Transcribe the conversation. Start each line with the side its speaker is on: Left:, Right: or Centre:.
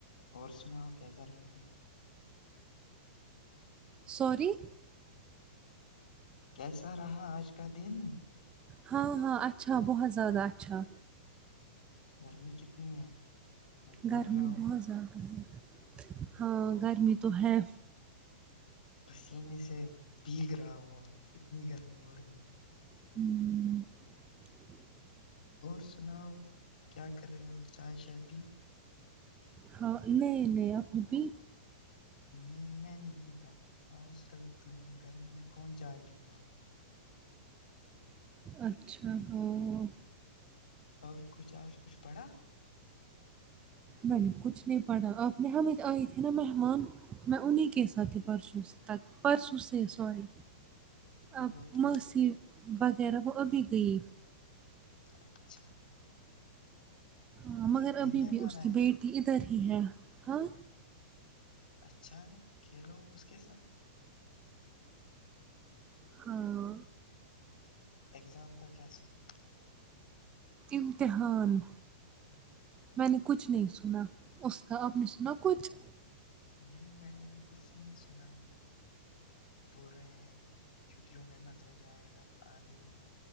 Left: اور سناؤ کیسا رہا دن
Right: سوری
Left: کیسا رہا آج کا دن
Right: ہاں ہاں اچھا بہت زیادہ اچھا
Left: گرمی کتنی ہے میں مر
Right: گرمی
Left: رہا ہوں
Right: بہت زیادہ ہے ہاں گرمی تو ہے
Left: پسینے سے بھیگ رہا ہوا اتنی گرمی ہو رہی ہے
Right: ہوں
Left: اور سناؤ کیا کر رہے ہو چائے شائے پی
Right: ہاں نہیں نہیں اپنی پی
Left: نہیں میں نہیں پیتا آج کل دور گرمی میں کون چائے پیتا
Right: اچھا ہاں
Left: اور کچھ آج کچھ پڑھا
Right: میں نے کچھ نہیں پڑھا آپ نے ہمیں آئی تھی نا مہمان میں انہیں کے ساتھ ہی پرسوں تک پرسوں سے سوری
Left: <inaudible>
Right: اب
Left: تو
Right: موسی وغیرہ وہ ابھی گئی
Left: اچھا
Right: ہاں مگر
Left: اتنے
Right: ابھی
Left: مہمان
Right: بھی اس
Left: آئے
Right: کی بیٹی
Left: تھے
Right: ادھر ہی ہے ہاں
Left: اچھا ہے کھیلو اس کے ساتھ
Right: ہاں
Left: اگزام کا کیا سنا ہے
Right: امتحان میں نے کچھ نہیں سنا اس کا آپ نے سنا کچھ
Left: نہیں نہیں میں نے ابھی کچھ نہیں سنا بو ر رہے ہیں چھٹیوں میں مت ہو جائے گا آدھے